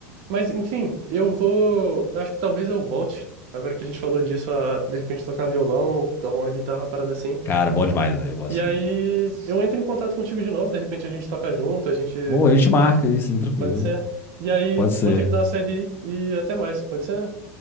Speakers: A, on the right; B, on the left.
A: Mas, enfim, eu vou. Eu acho que talvez eu volte, agora que a gente falou disso, a de repente tocar violão, tocar uma guitarra, uma parada assim.
B: Cara, bom demais, velho. Eu gosto.
A: E aí eu entro em contato contigo de novo, de repente a gente toca junto, a gente.
B: Ou a gente marca aí, sim, tranquilo.
A: Pode ser. E aí
B: Pode ser.
A: vou ter que dar uma saída aí, e até mais, pode ser?